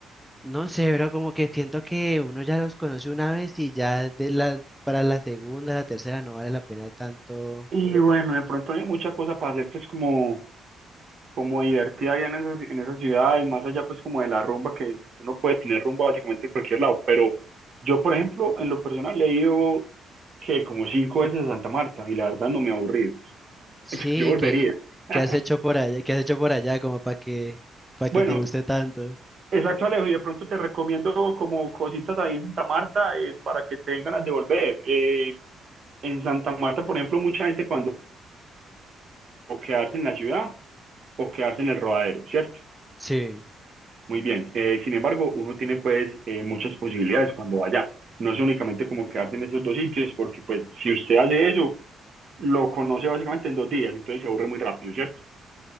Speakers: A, in the centre; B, on the right.
A: No sé, pero como que siento que uno ya los conoce una vez y ya de la, para la segunda, la tercera no vale la pena tanto
B: Y bueno, de pronto no hay mucha cosa para hacer, pues como como divertida allá en esas, en esas ciudades, más allá pues como de la rumba, que uno puede tener rumba básicamente en cualquier lado, pero yo por ejemplo, en lo personal he ido que como cinco veces a Santa Marta y la verdad no me ha aburrido,
A: Sí,
B: <laughs> yo volvería.
A: ¿qué,
B: <laughs>
A: qué has hecho por allá? ¿Qué has hecho por allá como para que, para que
B: Bueno,
A: te guste tanto?
B: exacto Alejo, y de pronto te recomiendo como cositas ahí en Santa Marta eh, para que tengan ganas de volver. Eh, en Santa Marta, por ejemplo, mucha gente cuando o quedarse en la ciudad o quedarse en el rodadero, ¿cierto?
A: Sí,
B: Muy bien. Eh, sin embargo, uno tiene pues eh, muchas posibilidades cuando vaya. No es únicamente como quedarse en esos dos sitios, porque pues si usted hace eso, lo conoce básicamente en dos días, entonces se aburre muy rápido, ¿cierto?